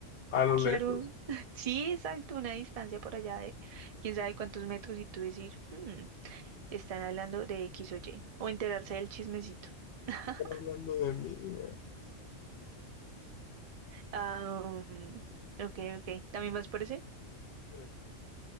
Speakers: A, on the left (about 65°); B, on the right (about 60°).
A: A lo
B: claro.
A: lejos.
B: <laughs> Sí, exacto, una distancia por allá de quién sabe cuántos metros y tú decir, "Hmm, están hablando de X o Y. O enterarse del chismecito. <laughs>
A: Están hablando de mí.
B: Ah, um, ok, ok. ¿También vas por ese?
A: eh,